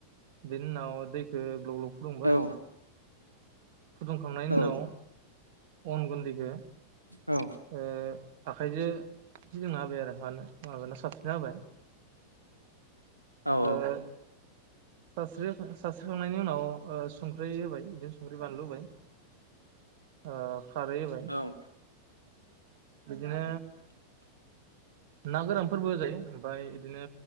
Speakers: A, on the right; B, on the right.
A: बिनि उनाव दैखौ ग्लब ग्लब फुदुंबाय
B: औ
A: फुदुंखांनायनि
B: औ
A: उनाव अन गुन्दैखौ।
B: औ
A: ओ। आखाइजो इदि जोंना होबाय आरो मानो माबाना साबसिन हाबाय
B: औ
A: ओ। सास्रि सास्रिखांनायनि उनाव ओ संख्रि होबाय बिदिनो संख्रि बानलु होबाय ओ खारै होबाय
B: औ
A: बिदिनो। ना गोरानफोरबो होजायो ओमफाय इदिनो